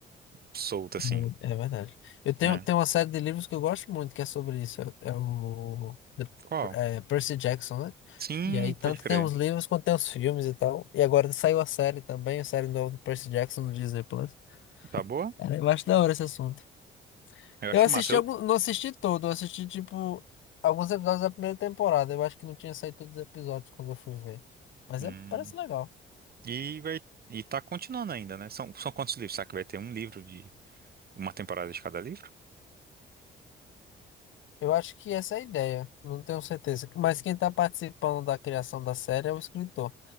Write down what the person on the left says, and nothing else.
Muito. É verdade. Eu tenho,
tenho uma série de livros que eu gosto muito, que é sobre isso. É é o The-
é, Percy Jackson, né?
E aí, tanto
tem os livros quanto tem os filmes e tal. E agora saiu a série também, a série nova do Percy Jackson no Disney Plus.
Cara, eu acho da hora esse assunto.
Eu assisti,
algum, não assisti todo, eu assisti, tipo, alguns episódios da primeira temporada. Eu acho que não tinha saído todos os episódios quando eu fui ver. Mas
é, parece legal.
Eu acho que essa é a ideia, não tenho certeza. Mas quem tá participando da criação da série é o escritor.